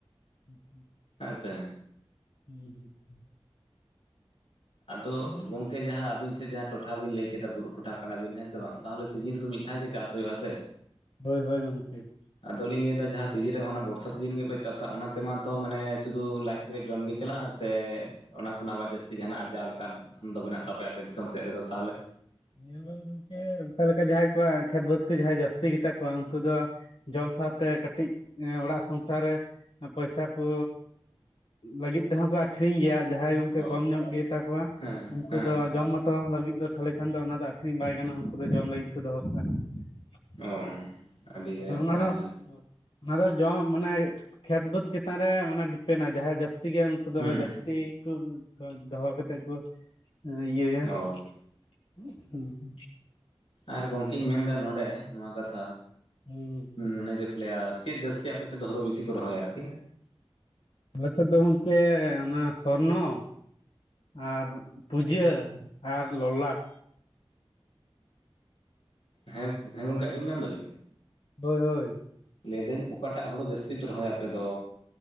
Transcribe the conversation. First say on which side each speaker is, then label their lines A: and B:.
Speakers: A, on the left; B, on the left.
A: <inaudible>
B: ᱦᱮᱸ ᱥᱮ
A: <inaudible>
B: ᱟᱫᱚ
A: ᱦᱩᱸ ᱦᱩᱸ
B: ᱜᱚᱝᱠᱮ ᱡᱟᱦᱟᱸ ᱟᱵᱤᱱ ᱥᱮᱫ ᱡᱟᱦᱟᱸ ᱴᱚᱴᱷᱟ ᱵᱤᱱ ᱞᱟᱹᱭ ᱠᱮᱫᱟ ᱵᱩᱨᱩ ᱴᱚᱴᱷᱟ ᱠᱟᱱᱟᱵᱤᱱ ᱦᱮᱸ ᱥᱮ ᱵᱟᱝ ᱛᱟᱦᱚᱞᱮ ᱥᱤᱡᱤᱱ
A: ᱦᱩᱸ
B: ᱨᱮᱫᱚ
A: ᱦᱩᱸ
B: ᱢᱤᱫ ᱫᱷᱟᱣ ᱜᱮ ᱪᱟᱥ ᱦᱩᱭᱩᱜ ᱟᱥᱮ
A: ᱦᱳᱭ ᱦᱳᱭ ᱜᱚᱝᱠᱮ
B: ᱟᱫᱚᱞᱤᱧ ᱞᱟᱹᱭ ᱫᱟ ᱡᱟᱦᱟᱸ ᱥᱤᱡᱤᱱ ᱨᱮ ᱚᱱᱟ ᱵᱚᱨᱥᱟ ᱥᱤᱡᱤᱱ ᱜᱮᱯᱮ ᱪᱟᱥᱟ ᱚᱱᱟ ᱛᱮᱢᱟᱛᱚ ᱢᱟᱱᱮ ᱥᱩᱫᱷᱩ ᱞᱟᱡ ᱯᱮᱨᱮᱡᱽ ᱡᱚᱢ ᱜᱮ ᱪᱟᱞᱟᱜᱼᱟ ᱥᱮ ᱚᱱᱟ ᱠᱷᱚᱱᱟᱜ ᱟᱵᱟᱨ ᱡᱟᱹᱥᱛᱤ ᱡᱟᱦᱟᱱᱟᱜ ᱟᱨᱡᱟᱣ ᱞᱮᱠᱟᱱ ᱫᱷᱚᱱ ᱫᱚ ᱢᱮᱱᱟᱜ ᱛᱟᱯᱮᱭᱟ ᱟᱯᱮ ᱫᱤᱥᱚᱢ ᱥᱮᱫ ᱨᱮᱫᱚ ᱛᱟᱦᱚᱞᱮ
A: ᱧᱮᱞ ᱵᱮᱱ ᱜᱚᱝᱠᱮ ᱚᱱᱠᱟ ᱞᱮᱠᱟ ᱡᱟᱦᱟᱸᱭ ᱠᱚᱣᱟᱜ ᱠᱷᱮᱛ ᱵᱟᱹᱫᱽ ᱠᱚ ᱡᱟᱦᱟᱸᱭ ᱡᱟᱹᱥᱛᱤ ᱜᱮᱛᱟ ᱠᱚᱣᱟ ᱩᱱᱠᱩ ᱫᱚ ᱡᱚᱢ ᱥᱟᱶᱛᱮ ᱠᱟᱹᱴᱤᱡ ᱚᱲᱟᱜ ᱥᱚᱝᱥᱟᱨ ᱨᱮ ᱯᱚᱭᱥᱟ ᱠᱚ ᱞᱟᱹᱜᱤᱫ ᱛᱮᱦᱚᱸ ᱠᱚ <inaudible> ᱠᱷᱨᱤᱧ ᱜᱮᱭᱟ ᱡᱟᱦᱟᱸᱭ ᱜᱚᱝᱠᱮ
B: ᱚ
A: ᱠᱚᱢ ᱧᱚᱜ ᱜᱮᱛᱟ ᱠᱚᱣᱟ
B: ᱦᱮᱸ ᱦᱮᱸ
A: ᱩᱝᱠᱩ
B: ᱦᱮᱸ
A: ᱫᱚ
B: ᱦᱮᱸ
A: ᱡᱚᱢ ᱢᱚᱛᱚ ᱞᱟᱹᱜᱤᱜ ᱫᱚ ᱛᱟᱦᱞᱮ ᱠᱷᱟᱱ ᱫᱚ ᱚᱱᱟ ᱫᱚ ᱟᱠᱠᱷᱨᱤᱧ ᱵᱟᱭ ᱜᱟᱱᱚᱜᱼᱟ ᱩᱝᱠᱩ ᱫᱚ ᱡᱚᱢ ᱞᱟᱹᱜᱤᱛ ᱠᱚ ᱫᱚᱦᱚ ᱠᱟᱜᱼᱟ ᱾ <unintelligible>
B: ᱚ ᱟᱹᱰᱤ ᱵᱮᱥ ᱛᱟᱦᱚᱞᱮ
A: ᱚᱱᱟ ᱫᱚ ᱡᱚᱢ ᱢᱟᱱᱮ ᱠᱷᱮᱛ ᱵᱟᱹᱫᱽ ᱪᱮᱛᱟᱱ ᱨᱮ ᱢᱟᱱᱮ ᱰᱤᱯᱮᱱᱟᱭ ᱡᱟᱦᱟᱸᱭ ᱡᱟᱹᱥᱛᱤ ᱜᱮᱭᱟ ᱠᱩᱫᱚ
B: ᱦᱩᱸ
A: ᱡᱟᱹᱥᱛᱤ
B: ᱦᱩᱸ
A: ᱠᱚ ᱫᱚᱦᱚ ᱠᱟᱛᱮ ᱠᱚ ᱤᱭᱟᱹᱭᱟ
B: ᱚ
A: <inaudible>
B: ᱟᱨ ᱜᱚᱝᱠᱮᱧ ᱢᱮᱱᱫᱟ ᱱᱚᱰᱮ ᱱᱚᱣᱟ ᱠᱟᱛᱷᱟ
A: ᱦᱩᱸ ᱦᱩᱸ
B: ᱢᱟᱱᱮ ᱪᱮᱫ ᱠᱚ ᱞᱟᱹᱭᱟ ᱪᱤᱫ ᱡᱟᱹᱥᱛᱤ ᱟᱯᱮ ᱥᱮᱫ ᱫᱚ ᱦᱳᱲᱳ ᱵᱮᱥᱤ ᱠᱚ ᱨᱚᱦᱚᱭᱟ ᱟᱨᱠᱤ
A: ᱟᱞᱮᱥᱮᱫ ᱫᱚ ᱜᱚᱝᱠᱮ ᱚᱱᱟ ᱥᱚᱨᱱᱚ ᱟᱨ ᱯᱩᱡᱟᱹ ᱟᱨ ᱞᱚᱞᱟᱴ
B: ᱦᱮᱸ ᱦᱮᱸ ᱜᱚᱝᱠᱮ ᱟᱡᱸᱚᱢ ᱧᱟᱢ ᱫᱟ ᱵᱤᱱ
A: ᱦᱳᱭ ᱦᱳᱭ
B: ᱞᱟᱹᱭ ᱫᱟᱹᱧ ᱚᱠᱟᱴᱟᱜ ᱦᱩᱲᱩ ᱡᱟᱹᱥᱛᱤ ᱯᱮ ᱨᱚᱦᱚᱭᱟ ᱟᱯᱮ ᱫᱚ